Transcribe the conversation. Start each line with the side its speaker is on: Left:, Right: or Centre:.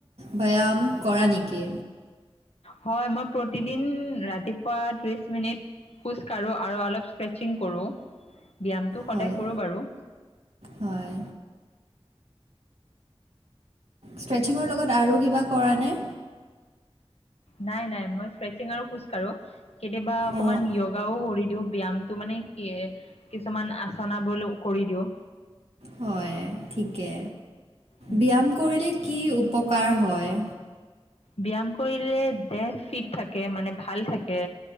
Right: ব্যাম কৰা নেকি?
Left: হয় মই প্ৰতিদিন ৰাতিপুৱা ত্ৰিশ মিনিট খোজ কাঢ়ো আৰু অলপ স্ক্ৰেচিং কৰোঁ। ব্যামটো সদায়
Right: হয়
Left: কৰোঁ বাৰু।
Right: হয় ষ্ট্ৰেছিঙৰ লগত আৰু কিবা কৰা নে?
Left: নাই নাই মই ষ্ট্ৰেচিং আৰু খোজ কাঢ়ো। কেতিয়াবা অকমান
Right: অঁ
Left: য়োগাও কৰো। দিওঁ ব্যামটো মানে কি কিছুমান আচনবোৰ কৰি দিওঁ।
Right: হয় ঠিকে।
Left: উম,
Right: ব্যাম কৰিলে কি উপকাৰ, হয়।
Left: ব্যাম কৰিলে দেহ ফিট থাকে মানে ভাল থাকে,